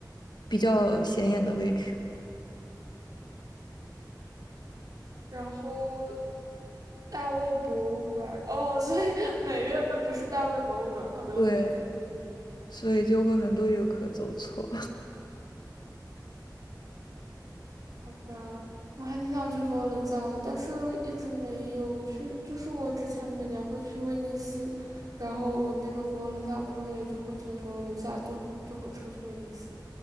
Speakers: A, on the left; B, on the right.
A: 比较显眼的位置，
B: 然后大卫博物馆，哦，所以 <laughs> 美院不是大卫博物馆。好的，
A: 对，
B: 我理解。
A: 所以就会很多游客走错。
B: 好吧，我还挺想去佛罗伦萨的，但是一直没有去。就是我之前每年会去威尼斯，然后我那个佛罗伦萨朋友也就会从佛罗伦萨坐坐火车去威尼斯，